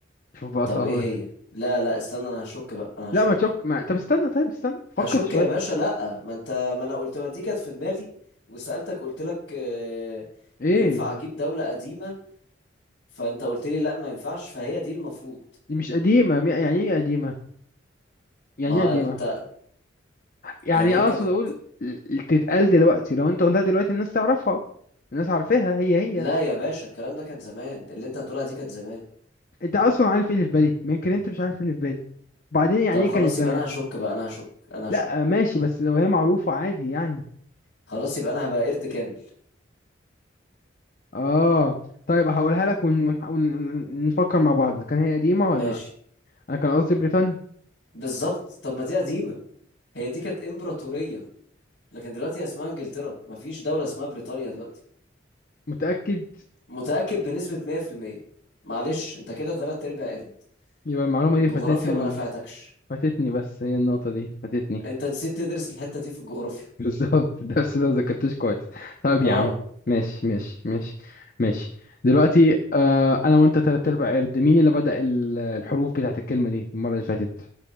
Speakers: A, on the left (about 45°); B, on the left (about 80°).
A: شوف بقى
B: طب
A: صعب
B: ايه
A: ولا-
B: هي لا لا استنى انا هشك بقى انا
A: لا
B: هشك
A: ما تشك ما... طب استنى طيب استنى فكر
B: هشك
A: شوية
B: يا باشا لا ما انت ما انا قلت ما دي كانت في دماغي وسألتك قلت لك آه،
A: ايه
B: ينفع اجيب دولة قديمة فانت قلت لي لا ما ينفعش فهي دي المفروض
A: دي مش قديمة مي- يعني ايه قديمة يعني
B: ما هو
A: ايه قديمة
B: انت
A: يعني
B: يعني هي
A: اقصد
B: كانت
A: اقول ال- تتقال دلوقتي لو انت قلتها دلوقتي الناس تعرفها الناس عارفاها هي هي
B: لا يا باشا الكلام ده كان زمان اللي انت هتقولها دي كانت زمان
A: انت اصلا عارف ايه اللي في بالي يمكن انت مش عارف ايه اللي في بالي بعدين يعني
B: طب
A: ايه
B: خلاص
A: كانت زمان
B: يبقى انا هشك بقى انا هشك انا هشك
A: لا ماشي بس لو هي معروفة عادي يعني
B: خلاص يبقى انا هبقى قرد كامل
A: اه طيب هقولها لك ون- ون- ون- ونفكر مع بعض كان هي قديمة ولا
B: ماشي
A: لا انا كان قصدي بريطانيا
B: بالظبط طب ما دي قديمة هي دي كانت امبراطورية لكن دلوقتي اسمها انجلترا مفيش دولة اسمها بريطانيا دلوقتي
A: متأكد
B: متأكد بنسبة 100% معلش انت كده تلات ارباع قرد
A: يبقى المعلومة
B: الجغرافيا
A: دي فاتتني
B: ما نفعتكش
A: فاتتني بس هي النقطة دي فاتتني
B: انت نسيت تدرس الحتة دي في الجغرافيا
A: <laughs> بالظبط الدرس ده ما ذاكرتوش كويس طيب
B: اه
A: يا عم ماشي ماشي ماشي ماشي دلوقتي آه انا وانت تلات ارباع قرد مين اللي بدأ ال- الحروف بتاعت الكلمة دي المرة اللي فاتت